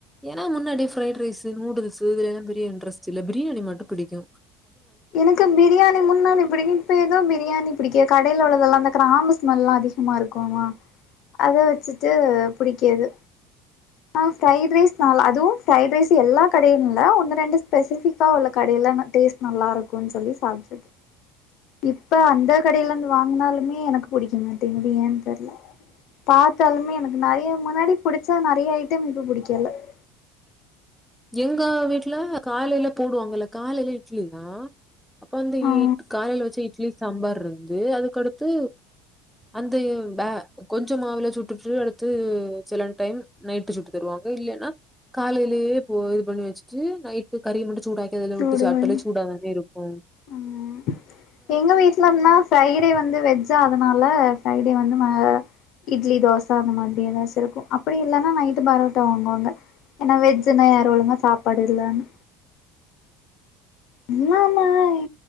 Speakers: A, in the centre; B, on the left.
A: ஏனா முன்னடி ஃபிரைட் ரைஸு நூடுல்ஸு இதுலயெல்லா பெரிய இன்ரஸ்ட் இல்ல பிரியாணி மட்டு பிடிக்கு
B: எனக்கு பிரியாணி முன்னாடி பிடிக்கு இப்ப ஏதோ பிரியாணி பிடிக்க கடைல உள்ளதல்லா இந்த க்ராம்பு ஸ்மல்லா அதிகமா இருக்கோமா அத வெச்சுட்டு புடிக்கேது அ ஃபிரைட் ரைஸ் நாள் அதுவு ஃபிரைட் ரைஸ் எல்லா கடையு இல்ல ஒன்னு ரெண்டு ஸ்பெசிஃபிக்கா உள்ள கட் டே இல்லன டேஸ்ட் நல்லாருக்குன் சொல்லி சாப்ட்ருக் இப்ப அந்த கடையிலேந்து வாங்னாலுமே எனக்கு புடிக்க மாட்டேங்குது ஏன் தெர்ல பாத்தாலுமே எனக்கு நறய முன்னாடி புடிச்சா நறிய ஐட்டம் இப்ப புடிக்கல <inaudible>
A: உங்க வீட்ல காலைல போடுவாங்கல்ல காலைல இட்ல தா அப்ப வந்து
B: ஆ
A: ஈட் காலைல வச்ச இட்லி சம்பார்ருந்து அதுக்கடுத்து அந்த இவ் பே கொஞ்ச மாவில சுட்டுட்டு அடுத்து சிலன் டைம் நைட்டு சுட்டு தருவாங் இல்லேனா காலைலேயே போ இது பண்ணி வச்சுட்டு நைட்டு கறி மட்டு சூடாக்கதுல
B: சூடுமணி
A: உட்டு சாப்ட்டலே சூடாதானே இருக்கு
B: ம் எங்க வீட்லன்னா ஃபிரை டே வந்து வெஜ்ஜா அதுனால ஃபிரை டே வந்து ம இட்லி தோச அந்த மாதுரி ஏதாச்சு இருக்கு அப்படி இல்லனா நைட்டு பரோட்டா வாங்குவாங்க எனா வெஜ்ஜினா யாரு ஒழுங்கா சாப்பாடு இல்லனு இல்லா மாய்